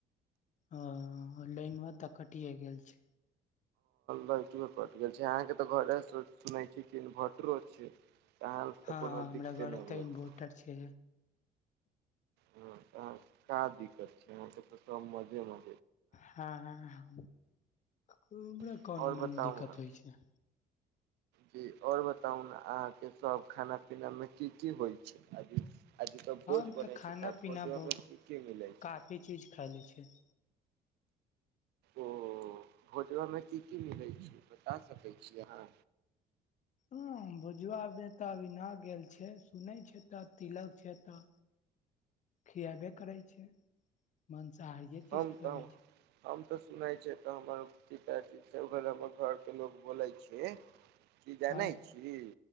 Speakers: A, on the left; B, on the right.
A: ह लाईनवा तऽ कटीए गेल छै
B: हट कट गेल छै अहाँके तऽ घरे सुनै छी इन्भर्टरो छै तहन तऽ
A: हँ
B: कोनो
A: हमरा
B: दिक्कते
A: घर
B: नहि
A: एते
B: भेत
A: इन्वर्टर छै
B: ह तहन का दिक्कत छै अहाँके तऽ सब मजेमे
A: हँ हमरा
B: आओर
A: कोन न
B: बताउ
A: दिक्कत
B: ने
A: होइ छै
B: जी आओर बताउ न अहाँके सब खाना पीना मे की की होइ छै अभी अभी तऽ भोज
A: हम
B: बनै
A: तऽ खाना
B: छै
A: पीना
B: भोजवा
A: बहुत
B: मे की की मिलै छै
A: काफी चीज खाईलै छीयै
B: ओ भोजबामे की की मिलै छै बता सकै छी अहाँ
A: ह भोजवा मे तऽ अभी नह गेल छै सुनै छै तऽ तिलक छै तऽ खिएबे करै छै मनसाहारीए
B: हम
A: चीज खियबै
B: तऽ
A: छै
B: हम तऽ सुनै छै तऽ हमर पिताजी से अोकर हमर घरके लोग बोलै छै की जानै
A: हँ
B: छी